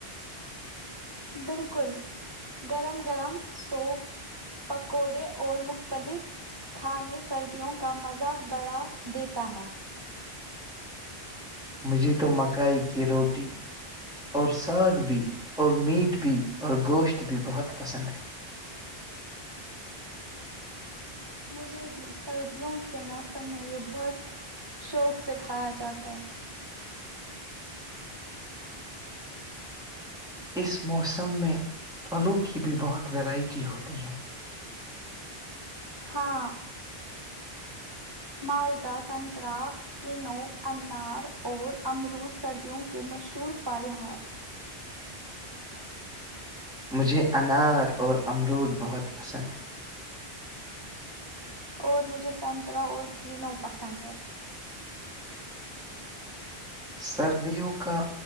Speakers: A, on the right; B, in the centre.
A: بالکل گرم گرم سوپ پکوڑے اور مختلف کھانے سردیوں کا مزہ بڑا دیتا ہے
B: مجھے تو مکائی کی روٹی اور ساگ بھی اور میٹ بھی اور گوشت بھی بہت پسند ہے
A: مجھے بھی سردیوں کے موسم میں یہ بہت شوق سے کھایا جاتا ہے
B: اس موسم میں پھلوں کی بھی بہت ویرائٹی ہوتی ہے
A: ہاں مالٹا سترہ کینو انار اور امرود سردیوں کے مشہور پھل ہیں
B: مجھے انار اور امرود بہت پسند ہے
A: اور مجھے سنترہ اور کینو پسند ہے
B: سردیوں کا